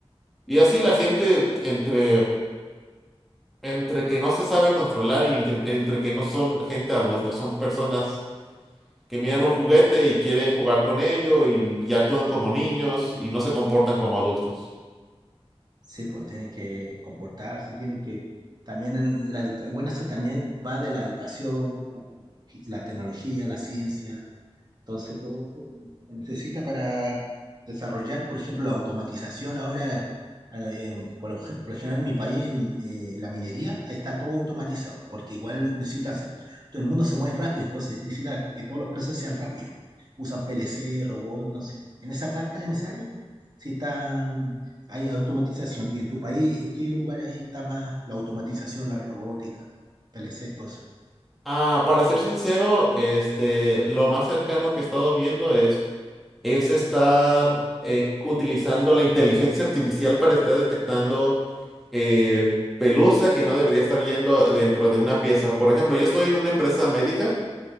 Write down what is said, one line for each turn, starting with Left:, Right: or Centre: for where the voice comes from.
Centre: Y así la gente entre Entre que no se sabe controlar y en que- entre que no son gente adulta, son personas que miran un juguete y quieren jugar con ello y, y actúan como niños y no se comportan como adultos.
Right: Sí, pues tienen que comportarse, tienen que también en la educa- bueno, eso también va de la educación, la tecnología, la tecnología, la ciencia, Entonces, todo eso se necesita para desarrollar, por ejemplo, la automatización. Ahora, eh, em, por lo, gen- por lo general, en mi país, en eh, la minería, ahí está todo automatizado, porque igual necesita hacer, todo el mundo se mueve rápido, entonces necesita que todos los procesos sean rápidos. Usan PLC, robots, entonces, en esa parte, en esa área, sí está, hay automatización. ¿Y en tu país, en qué lugar ahí está más la automatización, la robótica, PLC, todo eso?
Centre: Ah, para ser sincero, este, lo más cercano que he estado viendo es, es estar eh, utilizando la inteligencia artificial para estar detectando eh, pelusa que no debería estar yendo dentro de una pieza. Por ejemplo, yo estoy en una empresa médica